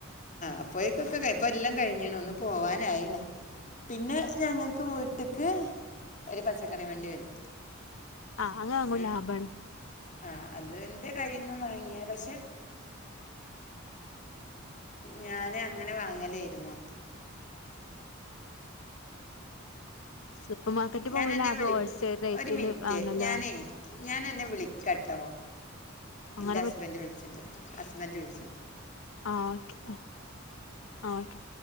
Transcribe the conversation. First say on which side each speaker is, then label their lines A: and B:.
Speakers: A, on the left (about 40°); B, on the left (about 90°).
A: അപ്പോയെക്കു ഒക്കെ കഴിയും ഇപ്പൊ എല്ലം കഴിഞ്‌ണ് ഒന്ന് പോവാനായിണ് പിന്നെ ഞങ്ങക്ക് ഇവടെ വീട്ടിൽക് ഒരു പച്ചക്കറി വണ്ടി വരും
B: ആ അങ്ങനെ ആകുമ്പോ
A: ഉം.
B: ലാഭം ആണ്
A: ആ അതിന്റെ കയ്യിന്നു വാങ്ങിയ പക്ഷെ ഞാൻ അങ്ങനെ വാങ്ങാലായിരുന്നു
B: സൂപ്പർമാർകെറ്റിൽ
A: ഞാൻ
B: പോകാലോ
A: എന്നെ
B: അതോ
A: വിളി
B: ഹോൾസൈൽ റേറ്റിൽ
A: ഒരു മിനിറ്റ്
B: വാങ്ങാലോ
A: ഞാനേ ഞാൻ അന്നേ വിളിക്കാട്ടോ
B: അങ്ങനെ
A: ഇന്റെ ഹസ്ബൻഡ് വിളിച്ചിണ്ട് ഹസ്ബൻഡ് വിളിച്ച്ണ്ട്
B: ആ ഒകെ ആ ആ ഒകെ